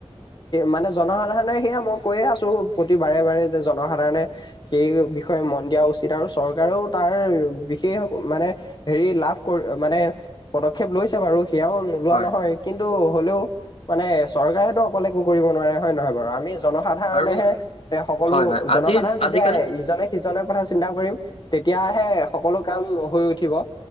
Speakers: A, on the left; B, on the left.
A: মানে জনসাধাৰণে সেয়া মই কৈয়ে আছো টো, প্ৰতি বাৰে-বাৰে যে জনসাধাৰণে সেই বিষয়ে মন দিয়া উচিত আৰু চৰকাৰেও তাৰ, বিশেষ মানে হেৰি, লাভ কৰি, মানে পদক্ষেপ লৈছে বাৰু সেয়াও লোৱা
B: হয়
A: নহয় কিন্তু হ'লেও, মানে চৰকাৰেতো অকলে একো কৰিব নোৱাৰে হয় নে নহয় বাৰু? আমি জন সাধাৰণেহে,
B: আৰু
A: এ, সকলো
B: হয়, হয়
A: জনসাধাৰণ
B: আজিৰ
A: যেতিয়া
B: আজিকালি
A: ইজনে সিজনে কথা চিন্তা কৰিম, তেতিয়াহে সকলো কাম হৈ উঠিব।